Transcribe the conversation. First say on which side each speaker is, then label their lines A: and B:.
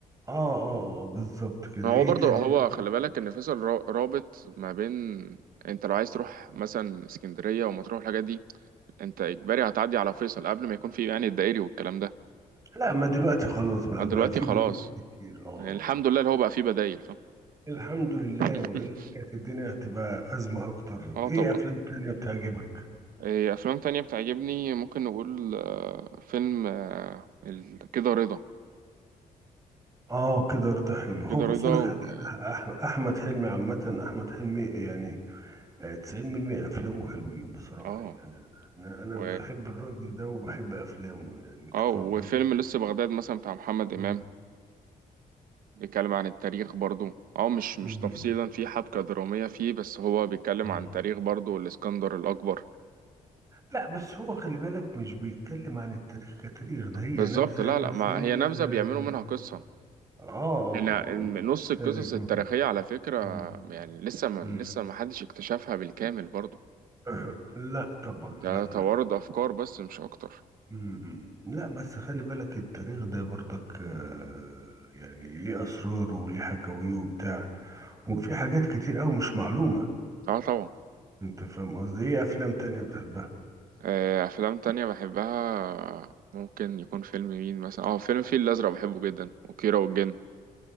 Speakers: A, on the right; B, on the right.
A: اه آه، آه، بالظبط كده
B: هو
A: ايه
B: برضه
A: تاني
B: هو خلي بالك ان فيصل را- رابط ما بين انت لو عايز تروح مثلا اسكندرية ومطروح الحاجات دي انت اجباري هتعدي على فيصل قبل ما يكون في يعني الدائري والكلام ده
A: لا ما دلوقتي خلاص بقى
B: آه، دلوقتي
A: بقى في
B: خلاص
A: بدائل كتير اه
B: يعني الحمد لله اللي هو بقى فيه بدايل فاهم
A: الحمد لله
B: <laughs>
A: والا كانت الدنيا هتبقى ازمه اكتر
B: اه
A: ايه
B: طبعا
A: افلام تانية بتعجبك
B: إيه افلام تانية بتعجبني ممكن نقول آه، فيلم آه، ال- كده رضا
A: اه كده رضا حلو هو
B: كده
A: بص
B: رضا
A: لك
B: و
A: حاجه أح- احمد حلمي عامه احمد حلمي يعني آه، 90% افلامه حلوين بصراحه
B: اه
A: يعني انا انا
B: و
A: بحب الراجل ده وبحب افلامه يعني انت
B: اه
A: فاهم
B: وفيلم
A: قصدي
B: لسه بغداد مثلا بتاع محمد إمام
A: مم.
B: بيتكلم عن التاريخ برضو اه مش مش
A: مم.
B: تفصيلا في حبكة درامية فيه بس هو بيتكلم
A: مم.
B: عن تاريخ برضو الإسكندر الأكبر
A: لا بس هو خلي بالك مش بيتكلم عن التاريخ كتاريخ ده هي
B: بالظبط
A: نبذة
B: لا لا
A: بس
B: ما
A: هي
B: هي نبذة بيعملوا
A: يعني
B: منها قصة
A: اه آه،
B: لا
A: آه، مش
B: نص
A: بيتكلم
B: القصص التاريخية
A: آه.
B: على فكرة
A: مم،
B: يعني لسه ما
A: مم.
B: لسه ما حدش اكتشفها بالكامل برضو
A: أه، <coughs> لا طبعا
B: ده
A: لا
B: توارد
A: لا
B: أفكار بس مش أكتر
A: مم، مم. لا بس خلي بالك التاريخ ده برضك آه، يعني ليه أسراره وليه حكاويه وبتاع وفي حاجات كتير أوي مش معلومة
B: اه طبعا
A: أنت فاهم قصدي إيه أفلام تانية بتحبها؟
B: آه، افلام تانية بحبها ممكن يكون فيلم مين مثلا اه فيلم الفيل الازرق بحبه جدا وكيرة والجن